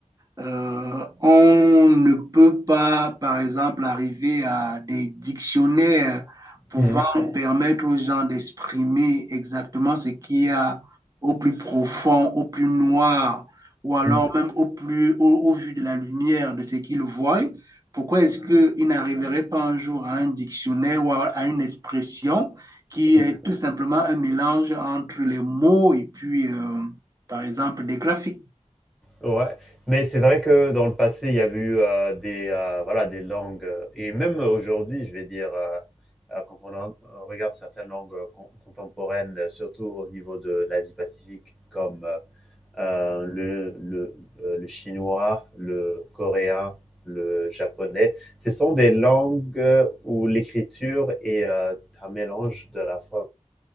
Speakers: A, on the right (about 30°); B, in the centre.
A: euh, on ne peut pas, par exemple, arriver à des dictionnaires pouvant
B: mhm,
A: permettre aux gens d'exprimer exactement ce qu'il y a au plus profond, au plus noir, ou alors
B: mm,
A: même au plus, au, au vu de la lumière de ce qu'ils voient. Pourquoi est-ce qu'ils n'arriveraient pas un jour à un dictionnaire ou à à une expression qui
B: mm,
A: est
B: mhm.
A: tout simplement un mélange entre les mots et puis, euh, par exemple, des graphiques?
B: Ouais, mais c'est vrai que dans le passé, il y avait eu euh, des, euh, voilà, des langues, euh, et même aujourd'hui, je vais dire, euh, euh, quand on re- regarde certaines langues euh, con- contemporaines, euh, surtout au niveau de l'Asie-Pacifique, comme euh, euh, le, le, euh, le chinois, le coréen, le japonais. Ce sont des langues où l'écriture est euh, un mélange de la fois